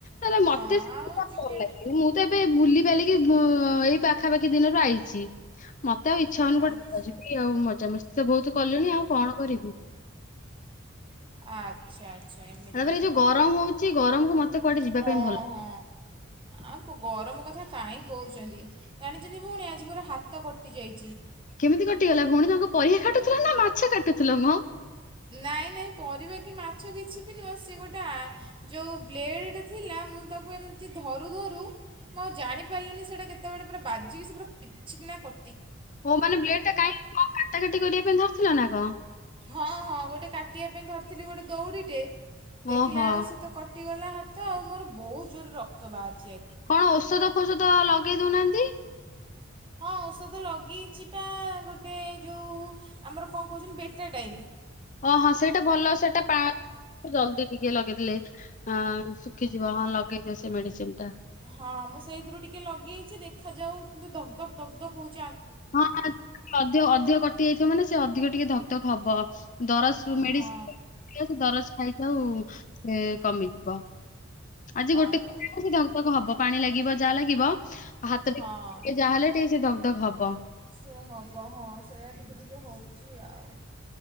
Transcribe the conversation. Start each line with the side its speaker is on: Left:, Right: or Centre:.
Left: ତାେଲେ
Right: ହଁ
Left: ମତେ ସେ
Right: ଆଉ
Left: ଭଲ
Right: ଟିକେ
Left: ଲାଗନି ମୁଁ ତ ଏବେ ବୁଲି ପାରିକି ହଁ ଏଇ ପାଖାପାଖି ଦିନରୁ ଆଇଛି ମତେ ଆଉ ଇଚ୍ଛା ଅନୁ
Right: ଆଚ୍ଛା
Left: କଟେିବି ଆଉ ମଜାାମସ୍ତି ତ ବହୁତ କଲିଣି ଆଉ କଣ କରିବି
Right: ଆଠ ଆଚଛା ଆଚ୍ଛା ଏମିତି
Left: ତାପରେ
Right: କଥା
Left: ଏଇ ଯୋଉ
Right: ତାହେଲେ
Left: ଗରମ ହଉଛି ଗରମକୁ ମତେ କୁଆଡେ ଯିବା
Right: ହଁ
Left: ପାଇଁ ଭଲ
Right: ହଁ ଆ ଗରମ କଥା କାହିଁ କହୁଛନ୍ତି ଜାଣିଛନ୍ତି ଭଉଣୀ ଆଜି ମୋର ହାତ କଟି ଯାଇଛି
Left: କେମିତି କଟିଗଲା ଭଉଣୀ ତାଙ୍କ ପରିବା କାଟୁଥିଲ ନା ମାଛ କାଟୁଥିଲ ମଁ
Right: ନାଇଁ ନାଇଁ ପରିବା କି ମାଛ କିଛି ବି ନୁହେଁ ସେ ଗୋଟେ ଯେଉଁ ବ୍ଲେଡ଼ ଥିଲା ମୁଁ ତାକୁ ଏମିତି ଧରୁ ଧରୁ ମୁଁ ଆଉ ଜାଣିପାରିଲିନି ସେଇଟା କେତେବେଳେ ପୁରା ବାଜିକି ସେ ପୁରା ପିଚିକିନା କ
Left: ଓୋ ମାନେ ବ୍ଲେଡ ଟା କାହିଁକି କ କାଟା କାଟି କରିବା ପାଇଁ ଧରିଥିଲ ନା କଣ
Right: ହଁ ହଁ ଗୋଟେ କାଟିବା ପାଇଁ ଧରିଥିଲି ଗୋଟେ ଦଉଡ଼ିଟେ ଦେଖିଲା
Left: ଓହୋ
Right: ବେଳୁ ସୀ ତ କଥା କୁଟିଗଲା ହାତ ଆଉ ମୋର ବହୁତ ଜୋରରେ ରକ୍ତ ବାଦ୍
Left: କଣ ଔଷଧ ଫୋଷଧ ଲଗେଇ ଦଉନାହାନ୍ତି।
Right: ହଁ ଔଷଧ ଲଗ୍ ଲଗେଇଚିପା ଗୋଟେ ଟେ ଯୋଉ ଆମର କଣ କହୁଛନ୍ତି ବେ ଟାଡାଇନ୍
Left: ଓ ହଁ ସେଇଟା ଭଲ ସେଇଟା ପା ଜଲଦି ଟିକେ ଲଗେଇଥିଲେ ଆ ଖିଯିବ ହଁ ଲଗେଇଦିଅ ସେ ମେଡିସିନ ଟା।
Right: ହଁ ମୁଁ ସେଇଥିରୁ ଟିକେ ଲଗେଇଛି ଦେଖାଯାଉ କିନ୍ତୁ ଧକ ଧକ ଧକ ହଉଛି।
Left: ହଁ ଅଧିକ ଅଧିକ କଟି ଯାଇଥିବ ମାନେ ସେ ଅଧିକ ଟିକେ ଧକ୍ ଧକ୍ ହବ। ଦରଜ ମେଡିସିନ
Right: ହଁ
Left: ଦରଜ ଖାଇଛି ଆଉ ସେ କମି ଯିବ। ଆଜି ଗୋଟେ
Right: ହଁ ବ
Left: ଦିନ ହିଁ ଧକ ଧକ ହବ ପାଣି ଲାଗି ଗିବ ଯା ଲାଗିବ ହାତ ଟିକେ
Right: ହଁ
Left: ଯାହାହେଲେ ଟିକେ ସେ ଧକ ଧକ ହବ।
Right: ସେ ହେବ ହଁ ସେଇୟା ଟିକେ ଟିକେ ହେଉଛି ଆଉ